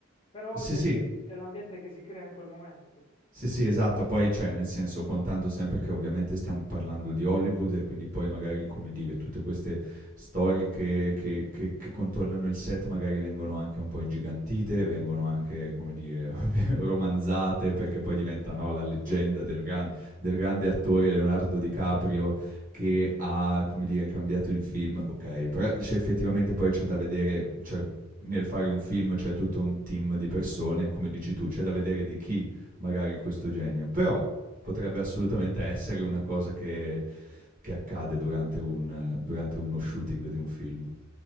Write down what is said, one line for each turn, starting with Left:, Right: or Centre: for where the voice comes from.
Left: però
Right: sì,
Left: de-
Right: sì.
Left: dell'ambiente che si crea in quel momento,
Right: Sì, sì, esatto. Poi, cioè, nel senso, contando sempre che ovviamente stiamo parlando di Hollywood e quindi poi magari, come dire, tutte queste storie che, che- che- che contornano il set magari vengono anche un po' ingigantite, vengono anche, come dire, <laughs> romanzate perché poi diventa, no, la leggenda
Left: giusto?
Right: del, gran- del grande attore Leonardo DiCaprio che ha, come dire, cambiato il film. Ok, però cioè, effettivamente poi c'è da vedere, cioè, nel fare un film c'è tutto un team di persone, come dici tu, c'è da vedere di chi magari questo genio, però potrebbe assolutamente essere una cosa che, che accade durante, un, durante uno shooting di un film.